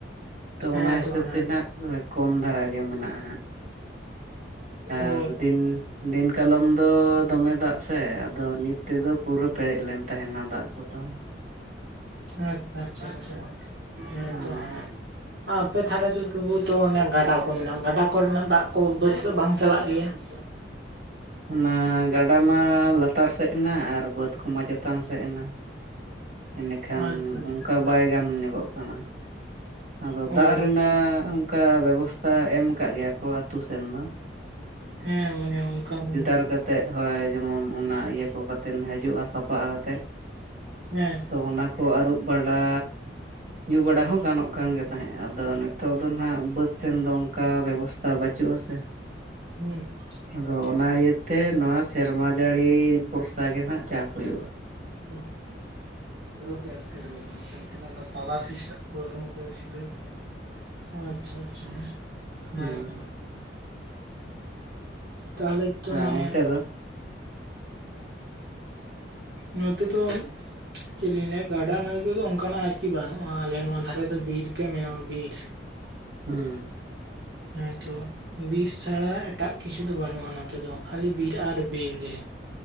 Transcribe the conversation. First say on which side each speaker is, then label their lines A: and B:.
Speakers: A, on the right (about 45°); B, on the right (about 70°).
A: ᱛᱚ ᱚᱱᱟ
B: ᱦᱮᱸᱛᱚ
A: ᱦᱤᱥᱟᱹᱵ
B: ᱦᱮᱸ
A: ᱛᱮ ᱱᱟᱜ ᱠᱚᱢ ᱫᱷᱟᱨᱟ ᱜᱮ ᱢᱮᱱᱟᱜᱼᱟ ᱦᱟᱸᱜ᱾
B: ᱳ
A: ᱟᱨ ᱫᱤᱱ ᱫᱤᱱ ᱠᱟᱞᱚᱢ ᱫᱚ ᱫᱚᱢᱮ ᱫᱟᱜ ᱥᱮ ᱟᱫᱚ ᱱᱤᱛ ᱛᱮᱫᱚ ᱯᱩᱨᱟᱹ ᱯᱮᱨᱮᱡ ᱞᱮᱱ ᱛᱟᱦᱮᱱᱟ ᱫᱟᱜ ᱠᱚᱫᱚ᱾
B: ᱟᱪᱪᱷᱟ ᱟᱪᱪᱷᱟ ᱟᱪᱪᱷᱟ ᱦᱮᱸ
A: ᱦᱩᱸ
B: ᱛᱚ ᱦᱮᱸ ᱟ ᱟᱯᱮ ᱛᱷᱟᱨ ᱨᱮ ᱛᱩᱵᱩ ᱛᱚ ᱚᱱᱮ ᱜᱟᱰᱟ ᱠᱚ ᱢᱮᱱᱟᱜᱼᱟ ᱜᱟᱰᱟ ᱠᱚ ᱨᱮᱱᱟᱜ ᱫᱟᱜ ᱠᱚ ᱵᱟᱹᱫᱽ ᱵᱟᱝ ᱪᱟᱞᱟᱜ ᱜᱮᱭᱟ? <unintelligible>
A: ᱚᱱᱟ ᱜᱟᱰᱟ ᱢᱟ ᱞᱟᱛᱟᱨ ᱥᱮᱫ ᱮᱱᱟ ᱟᱨ ᱵᱟᱹᱫᱽ ᱠᱚᱢᱟ ᱪᱮᱛᱟᱱ ᱥᱮᱫ ᱮᱱᱟ᱾ ᱮᱱᱮᱠᱷᱟᱱ
B: ᱟᱪᱪᱷᱟ ᱟᱪᱪᱷᱟ
A: ᱚᱝᱠᱟ ᱵᱟᱭ ᱜᱟᱱ ᱧᱚᱜᱚᱜ ᱠᱟᱱᱟ᱾ ᱟᱫᱚ
B: ᱚ
A: ᱫᱟᱜ ᱨᱮᱱᱟᱜ ᱚᱝᱠᱟ ᱵᱮᱵᱚᱥᱛᱷᱟ ᱮᱢ ᱠᱟᱜ ᱜᱮᱭᱟ ᱠᱚ ᱟᱛᱳ ᱥᱮᱱ ᱫᱚ᱾
B: ᱦᱮᱸ ᱢᱟᱱᱮ ᱚᱝᱠᱟ ᱢᱟᱱᱮ
A: ᱮᱨ ᱠᱟᱛᱮᱜ ᱦᱳᱭ ᱡᱮᱢᱚᱱ ᱚᱱᱟ ᱤᱭᱟᱹ ᱠᱚ ᱠᱟᱛᱮᱱ ᱦᱤᱡᱩᱜᱼᱟ ᱥᱟᱯᱷᱟ ᱠᱟᱛᱮᱫ᱾
B: ᱦᱮᱸ
A: ᱛᱚ ᱚᱱᱟ ᱠᱚ ᱟᱹᱨᱩᱵ ᱵᱟᱲᱟ ᱧᱩ ᱵᱟᱲᱟ ᱦᱚᱸ ᱜᱟᱱᱚᱜ ᱠᱟᱱ ᱜᱮ ᱛᱟᱦᱮᱸᱫ ᱟᱫᱚ ᱱᱤᱛᱚᱜ ᱫᱚ ᱱᱟᱦᱱᱟᱜ ᱵᱟᱹᱫ ᱥᱮᱱ ᱫᱚ ᱚᱝᱠᱟ ᱵᱮᱵᱚᱥᱛᱟ ᱵᱟᱹᱪᱩᱜᱼᱟ ᱥᱮ᱾
B: ᱦᱩᱸ ᱠᱟᱱ
A: ᱟᱫᱚ
B: ᱜᱮᱭᱟ
A: ᱚᱱᱟ ᱤᱭᱟᱹᱛᱮ ᱱᱚᱣᱟ ᱥᱮᱨᱢᱟ ᱡᱟᱹᱲᱤ ᱵᱷᱚᱨᱥᱟ ᱜᱮ ᱱᱟᱦᱟᱜ ᱪᱟᱥ ᱦᱩᱭᱩᱜᱼᱟ᱾
B: <inaudible> <unintelligible> ᱟᱪᱪᱷᱟ ᱟᱪᱪᱷᱟ ᱚᱱᱟ
A: ᱦᱩᱸ
B: ᱜᱮ ᱠᱟᱱᱟ᱾ ᱛᱟᱦᱚᱞᱮ ᱛᱚ
A: ᱟᱨ
B: ᱢᱟᱱᱮ
A: ᱚᱱᱛᱮ ᱫᱚ
B: ᱱᱚᱛᱮ ᱛᱚ ᱪᱮᱫ ᱞᱤᱧ ᱞᱟᱹᱭᱟ ᱜᱟᱰᱟ ᱱᱟᱹᱩᱭ ᱠᱚᱫᱚ ᱚᱝᱠᱟᱱᱟᱜ ᱟᱨᱠᱤ ᱵᱟᱹᱱᱩᱜᱼᱟ ᱟᱞᱮ ᱱᱚᱣᱟ ᱫᱷᱟᱨᱮ ᱫᱚ ᱵᱤᱨ ᱜᱮ ᱢᱮᱱᱟᱜᱼᱟ ᱵᱤᱨ᱾
A: ᱦᱩᱸ
B: ᱦᱮᱸ ᱛᱚ ᱵᱤᱨ ᱥᱟᱲᱟ ᱮᱴᱟᱜ ᱠᱤᱪᱷᱩ ᱫᱚ ᱵᱟᱱᱩᱜᱼᱟ ᱱᱚᱛᱮ ᱫᱚ ᱠᱷᱟᱹᱞᱤ ᱵᱤᱨ ᱟᱨ ᱵᱤᱨ ᱜᱮ᱾